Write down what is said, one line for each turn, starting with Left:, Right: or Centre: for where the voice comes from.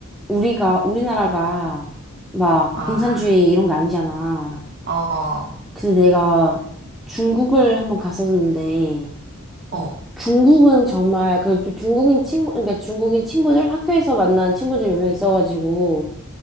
Centre: 우리가, 우리나라가 막
Right: 아,
Centre: 공산주의 이런 게 아니잖아.
Right: 어,
Centre: 근데 내가 중국을 한번 갔었는데,
Right: 어,
Centre: 중국은 정말, 그래도 중국인 친구, 그러니까 중국인 친구들, 학교에서 만난 친구들 몇 명 있어가지고,